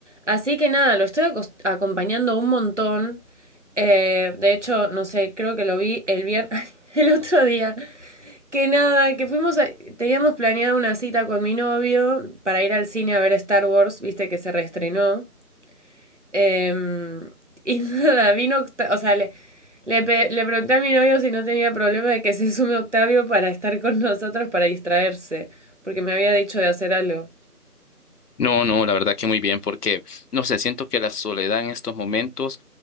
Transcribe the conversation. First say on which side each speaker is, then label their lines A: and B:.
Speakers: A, on the right; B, on the left.
A: Así que nada, lo estoy acos- acompañando un montón. Eh, de hecho, no sé, creo que lo vi el viernes, <laughs> el otro día. Que nada, que fuimos a- Teníamos planeada una cita con mi novio para ir al cine a ver Star Wars, viste que se reestrenó. Eh, y <laughs> nada, vino, Octa- o sea, le, le, pe- le pregunté a mi novio si no tenía problema de que se sume Octavio para estar con nosotros, para distraerse, porque me había dicho de hacer algo.
B: No, no, la verdad que muy bien, porque no sé, siento que la soledad en estos momentos,